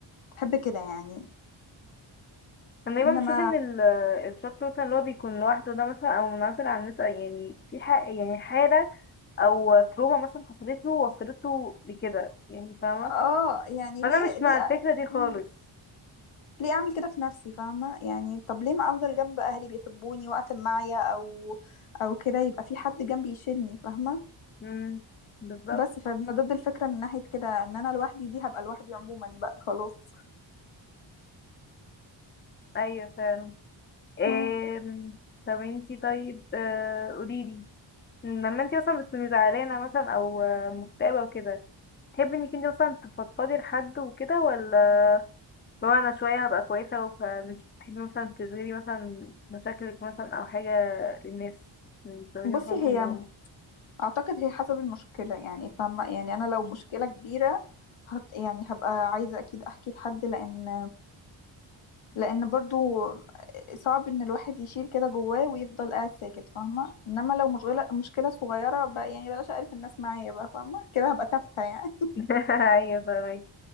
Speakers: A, on the left (about 80°); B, on the left (about 25°).
A: بحب كده يعني
B: انا دايما
A: انما
B: بشوف ان ال- آه، الشخص مثلا اللي هو بيكون لوحده ده مثلا او منعزل عن الناس يعني في حق يعني حاله او تروما مثلا حصلت له وصلت له لكده يعني فاهمه
A: اه يعني
B: فانا
A: ليه
B: مش
A: ليه
B: مع الفكره دي خالص
A: مم. ليه اعمل كده في نفسي فاهمه يعني طب ليه ما افضل جنب اهلي بيحبوني وقت ما معايا او او كده يبقى في حد جنبي يشيلني فاهمه
B: امم بالظبط
A: بس فانا ضد الفكره من ناحيه كده ان انا لوحدي دي هبقى لوحدي عموما بقى خلاص
B: ايوه فعلا إيه
A: مم.
B: طب انتي طيب آه، قوليلي لما انتي مثلا بتكوني زعلانه مثلا او آه، مكتئبه وكده تحبي انك انتي مثلا تفضفضي لحد وكده ولا لو انا شويه هبقى كويسه فمش بتحبي مثلا تشغلي مثلا مشاكلك مثلا او حاجه للناس من بتعملي
A: بصي
B: مثلا
A: هي
B: حلهم
A: اعتقد هي حسب المشكله يعني فاهمه يعني انا لو مشكله كبيره هت يعني هبقى عايزه اكيد احكي لحد لان لان برضو صعب ان الواحد يشيل كده جواه ويفضل قاعد ساكت فاهمه انما لو مشغله مشكله صغيره بقى يعني بلاش اعرف الناس معايا بقى فاهمه كده هبقى تافهه يعني
B: <laughs> ايوه فاهمك